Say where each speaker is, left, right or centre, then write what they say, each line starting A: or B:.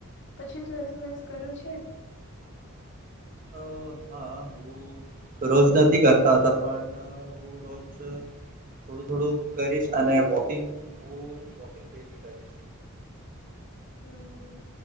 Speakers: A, on the left; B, on the right.
A: પછી તુ એક્સરસાઇઝ કરુ છે.
B: અ હા હુ રોજ નથી કરતા હતા પણ હુ રોજ થોડું થોડું કરીશ અને વોકિંગ હું વોકિંગ ડેલી કરીશ
A: હમ